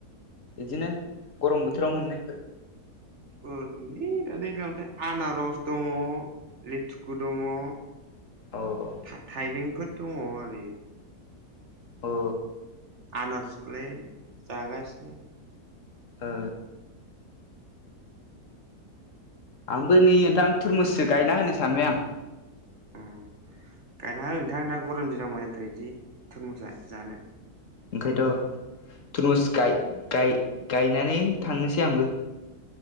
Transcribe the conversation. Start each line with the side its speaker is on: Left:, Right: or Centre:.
Left: बिदिनो। गरम बोथोराव मोननायफोर?
Right: अ <unintelligible> दैगांथाय आनारस दङो, लेथुखु दङो,
Left: अ
Right: था थाइबेंफोर दङ आरो।
Left: औ।
Right: आनारसखौलाय जागासिनो।
Left: ओ। आंबो नै नोंथां, थुरमुससो गायना होनो सानबाय आं।
Right: अ गायना हो नोंथां। दा गरम दिनाव माजांथायोदि थरमुसा जानो।
Left: ओंखाय नोथ', थरमुस गाय, गाय, गायनानै थांनोसै आंबो।